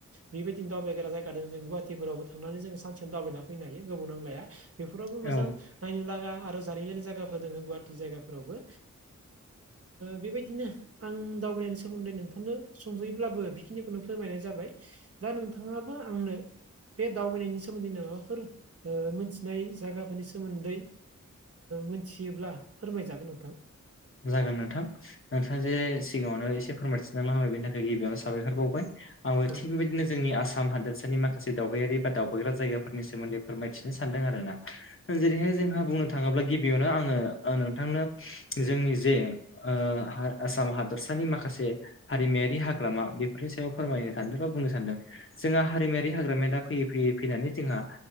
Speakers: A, on the right (about 50°); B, on the left (about 45°).
A: बेबायदिनो दावबायग्रा जायगा जों गुवाहाटिफोरावबो थांनानै जों सानसेयाव दावबायना फैनो हायो गोबाव नांलाया। बेफोरावबो
B: औ
A: मोजां नायनो लागा आरो जारिमिनारि जायगाफोर दोङो गुवाहाटि जायगाफोरावबो बेबायदिनो आं दावबायनायनि सोमोन्दै नोंथांनो सुंद'यैब्लाबो बेखिनिखौनो फोरमायनाय जाबाय दा नोंथाङाबो आंनो बे दावबायनायनि सोमोन्दै माबाफोर मोनथिनाय जायगाफोरनि सोमोन्दै मिथियोब्ला फोरमायजागोन नोंथां।
B: जागोन नोंथां। नोंथाङा जे सिगाङावनो एसे फोरमायथिना लांबाय बेनि थाखाय गिबियावनो साबायखर बावबाय आंबो
A: औ
B: थिग बेबायदिनो जोंनि आसाम हादोरसानि माखासे दावबायारि बा दावबायग्रा जायगाफोरनि सोमोन्दै फोरमायथिनो सानदों आरो ना। जेरैहाय जोंहा बुंनो थाङोब्ला गिबियावनो आङो नोंथांनो जोंनि जे आसाम हादरसानि माखासे हारिमायारि हाग्रामा बेफोरनि सायाव फोरमायनो सानदों बा बुंनो सानदों जोंहा हारिमायारि हाग्रामाया दा फैयै फैयै फैनानै जोंहा